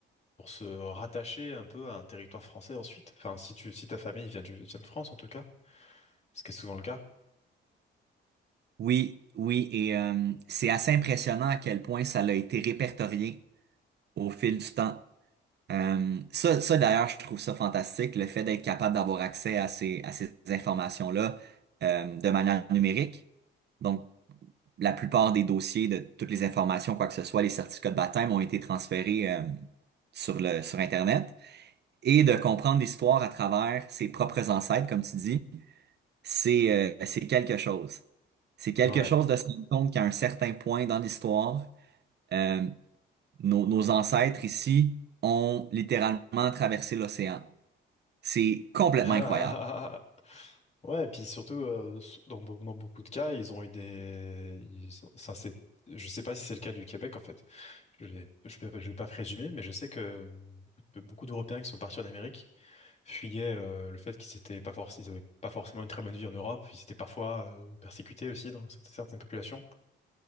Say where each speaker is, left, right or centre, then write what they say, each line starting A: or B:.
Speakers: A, on the left (about 35°); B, on the right (about 55°).
A: pour se rattacher un peu à un territoire français ensuite. Enfin, si tu, si ta famille vient du, vient de France, en tout cas, ce qui est souvent le cas.
B: Oui, oui, et euh, c'est assez impressionnant à quel point ça a été répertorié au fil du temps. Euh, ça, ça d'ailleurs, je trouve ça fantastique, le fait d'être capable d'avoir accès à ces, à ces informations-là euh, de manière numérique. Donc, la plupart des dossiers de toutes les informations, quoi que ce soit, les certificats de baptême ont été transférés euh, sur le, sur Internet. Et de comprendre l'histoire à travers ses propres ancêtres, comme tu dis, c'est euh, c'est quelque chose. C'est quelque
A: Ouais.
B: chose de se rendre compte qu'à un certain point dans l'histoire, euh, nos, nos ancêtres ici ont littéralement traversé l'océan. C'est complètement
A: <laughs>
B: incroyable.
A: Ouais, et puis surtout, euh, s- dans, be- dans beaucoup de cas, ils ont eu des... ils ont- ça, c'est... Je sais pas si c'est le cas du Québec, en fait. Je ne vais, je peux- pas- je vais pas présumer, mais je sais que euh, beaucoup de- beaucoup d'Européens qui sont partis en Amérique fuyaient euh, le fait qu'ils étaient pas forc- ils avaient pas forcément une très bonne vie en Europe. Ils étaient parfois euh, persécutés aussi dans certaines certaines populations.